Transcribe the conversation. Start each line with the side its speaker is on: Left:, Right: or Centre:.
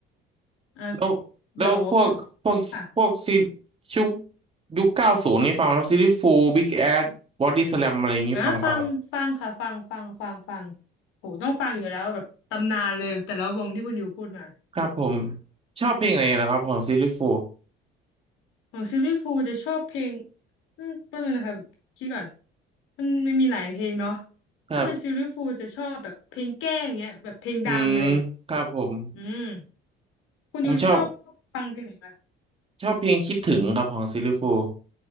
Left: อ่า
Right: แล้ว
Left: เดี๋ยว
Right: แล้วพวกพวกพวกซี
Left: ค่ะ
Right: ชุกยุคเก้าศูนย์นี่ฟังไหมครับซีรีส์ฟูบิ๊กแอดบอดี้สแลมอะไรอย่างนี้ฟังป่ะครับ
Left: อ่ะฟังฟังค่ะฟังฟังฟังฟังโหต้องฟังอยู่แล้วแบบตำนานเลยแต่ละวงที่คุณอยู่พูดมา
Right: ครับผมชอบเพลงไหนเหรอครับของซีรีส์ฟู
Left: ของซิลลี่ฟูลจะชอบเพลงอืมแป๊บนึงนะคะแบบคิดก่อนมันมันมีหลายเพลงเนาะ
Right: ครับ
Left: ถ้าเป็นซิลลี่ฟูลจะชอบแบบเพลงแกล้งเงี้ยแบบเพลงดังเลย
Right: อืมครับผม
Left: อืมคุณอยู่ชอบฟังเพลงไหนปะ
Right: ผมชอบชอบเพลงคิดถึงครับของซีรีส์ฟู